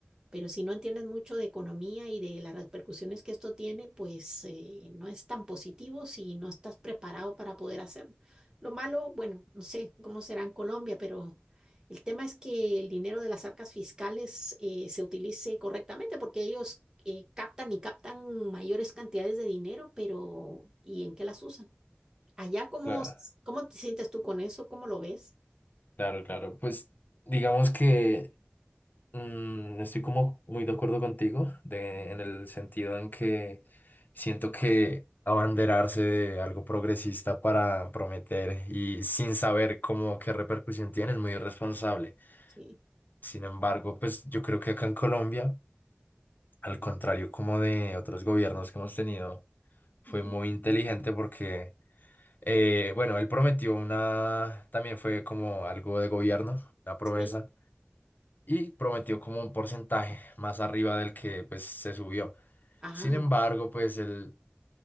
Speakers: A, on the right (about 20°); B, on the left (about 50°).
A: Pero si no entiendes mucho de economía y de las repercusiones que esto tiene, pues eh, no es tan positivo si no estás preparado para poder hacerlo. Lo malo, bueno, no sé cómo será en Colombia, pero el tema es que el dinero de las arcas fiscales eh, se utilice correctamente porque ellos eh, captan y captan mayores cantidades de dinero, pero ¿y en qué las usan? Allá, ¿cómo,
B: Claro.
A: s- cómo te sientes tú con eso? ¿Cómo lo ves?
B: Claro, claro. Pues digamos que mm, estoy como muy de acuerdo contigo de, en el sentido en que siento que abanderarse de algo progresista para prometer y sin saber cómo qué repercusión tiene es muy irresponsable.
A: Sí.
B: Sin embargo, pues yo creo que acá en Colombia, al contrario como de otros gobiernos que hemos tenido, fue
A: Ujú.
B: muy inteligente porque... Eh, bueno, él prometió una, también fue como algo de gobierno, una promesa
A: Sí.
B: y prometió como un porcentaje más arriba del que pues se subió.
A: Ah,
B: Sin embargo, pues él